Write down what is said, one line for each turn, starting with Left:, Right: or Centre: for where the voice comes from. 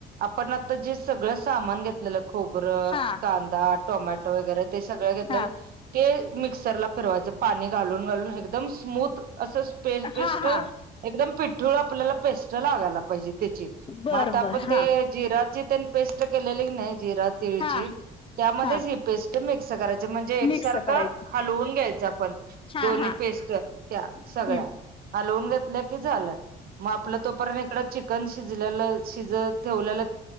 Right: आपण आता जे सगळं सामान घेतलेलं खोबरं,
Left: हा
Right: कांदा, टोमॅटो वगैरे ते सगळं घेतलेलं
Left: हा
Right: ते मिक्सरला फिरवायचं पाणी घालून घालून एकदम स्मूत असं पे पेस्ट
Left: हा हा
Right: एकदम पिठूळ आपल्याला पेस्ट लागायला पाहिजे. त्याची
Left: बर
Right: मग आता आपण
Left: बर हा
Right: ते जिराची त्या पेस्ट केलेली नाही जिरा तिळची.
Left: हा
Right: त्यामध्येच
Left: हा
Right: ही पेस्ट मिक्स करायची म्हणजे, एकसारखं
Left: मिक्स करायची
Right: हलवून घ्यायचं आपण.
Left: हा
Right: दोन्ही
Left: हा
Right: पेस्ट त्या
Left: हम्म
Right: सगळ्या हलवून घेतलं की झालं मग आपलं तो पर्य इक च कण शिजल्याल शिजत ठेवल्या ल.